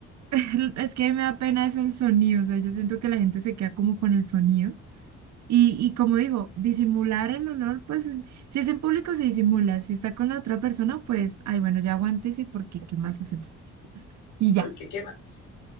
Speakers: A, on the right; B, on the left.
A: <laughs> es que me da pena eso el sonido. O sea, yo siento que la gente se queda como con el sonido. Y, y como digo, disimular el olor, pues es- si es en público se disimula. Si está con la otra persona, pues, ay, bueno, ya aguántese porque ¿qué más hacemos? Y ya.
B: ¿Por qué? ¿Qué más?